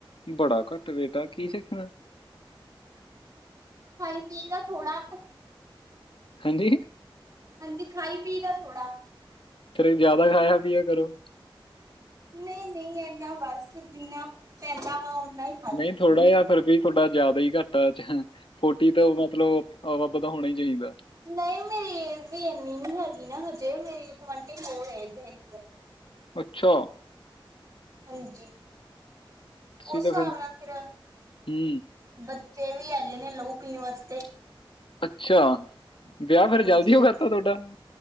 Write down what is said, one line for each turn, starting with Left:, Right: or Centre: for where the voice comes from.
Left: ਬੜਾ ਘੱਟ ਵੇਟ ਆ ਕੀ ਸਿੱਖਣਾ
Right: ਖਾਈ ਪੀ ਦਾ ਥੋੜਾ ਕ
Left: ਹਾਂਜੀ
Right: ਹਾਂਜੀ ਖਾਈ ਪੀ ਦਾ ਥੋੜ੍ਹਾ
Left: ਫਿਰ ਜਾਦਾ ਖਾਇਆ ਪੀਆ ਕਰੋ।
Right: ਨਈ-ਨਈ ਇਨ੍ਹਾਂ ਬਸ ਜਿੰਨਾ ਪੈਂਦਾ ਵਾ ਓਨਾ ਈ
Left: ਨਈ ਥੋੜਾ ਜਿਹਾ ਫਿਰ ਵੀ ਤੁਹਾਡਾ ਜਾਦਾ ਹੀ ਘੱਟ ਆਂ ਚਹ ਫੋਟੀ ਤੋਂ ਮਤਲਬ ਅਵੱਬ ਦਾ ਹੋਣਾ ਹੀ ਚਾਹੀਦਾ।
Right: ਨਈ ਮੇਰੀ ਏਜ ਵੀ ਇੰਨੀ ਨੀ ਹੈਗੀ ਨਾ ਹਜੇ ਮੇਰੀ ਟਵੰਟੀ-ਫੋਰ ਏਜ ਹੈਗੀ ਏ।
Left: ਅੱਛਾ
Right: ਹਾਂਜੀ
Left: ਤੁਸੀਂ
Right: ਓ ਹਿਸਾਬ
Left: ਤਾਂ
Right: ਨਾਲ ਫਿਰ
Left: ਹੂੰ
Right: ਬੱਚੇ ਵੀ ਹੈਗੇੇ ਨੇ ਲਊ ਪੀਣ ਵਸਤੇ
Left: ਅੱਛਾ ਵਿਆਹ
Right: ਹਾਂਜੀ
Left: ਫਿਰ ਜ਼ਲਦੀ ਹੋ ਗਿਯਾ ਤਾ ਤੁਹਾਡਾ